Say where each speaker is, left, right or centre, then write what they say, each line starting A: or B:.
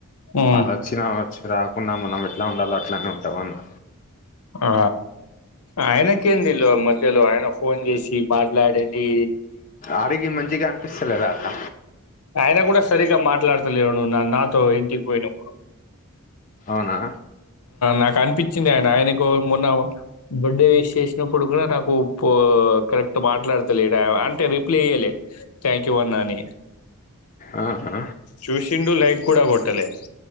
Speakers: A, on the left; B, on the left.
A: ఉమ్
B: ఆళ్లొచ్చినా చిరాకున్నా మనం ఎట్లా ఉండాలో అట్లనే ఉంటాం అన్నా
A: ఆ ఆయనకేందిలో మధ్యలో ఆయన ఫోన్ చేసి మాట్లాడేది
B: అడిగీ మంచిగా అనిపిస్తలేదా అట్లా
A: ఆయన కూడా సరిగ్గా మాట్లాడతలేడు నాతో ఇంటికి పోయినప్పుడు
B: అవునా
A: నాకు అనిపించింది ఆయన ఆయనకు మొన్న బర్త్డే విస్ చేసినప్పుడు కూడా నాకు పో కరెక్ట్ మాట్లాడతలే అంటే రిప్లై ఇయ్యలే థ్యాంక్ యూ అన్నా అని
B: ఆహా
A: చూసిండు లైక్ కూడా కొట్టలే